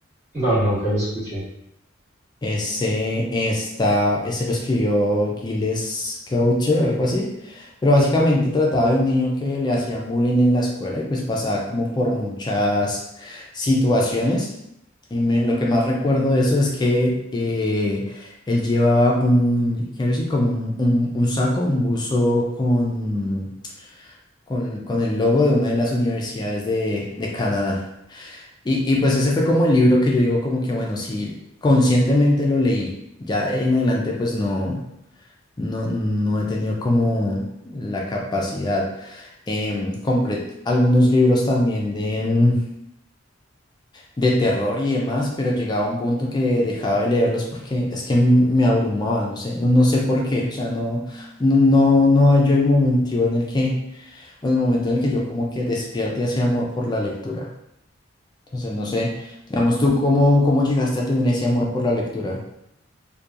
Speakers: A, on the right; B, on the left.
A: No, nunca lo escuché.
B: Ese está, ese lo escribió Gilles Gaucher, algo así. Pero básicamente trataba de un niño que le hacían bullying en la escuela y pues pasaba como por muchas situaciones. Y me- lo que más recuerdo de eso es que eh, él llevaba un jersey, como un, un- un saco, un buzo con, con, con el logo de una de las universidades de, de Canadá. Y, y pues ese fue como el libro que yo digo como que bueno, sí conscientemente lo leí, ya de ahí en adelante pues no, no, no he tenido como la capacidad. Em, compré algunos libros también de, em, de terror y demás, pero llegaba a un punto que dejaba de leerlos porque es que m- me abrumaba, no sé, no, no sé por qué, o sea, no, no, no, no hallo el momentivo en el que, o en el momento en el que yo como que despierte ese amor por la lectura. Entonces, no sé, digamos tú, ¿cómo, cómo llegaste a tener ese amor por la lectura?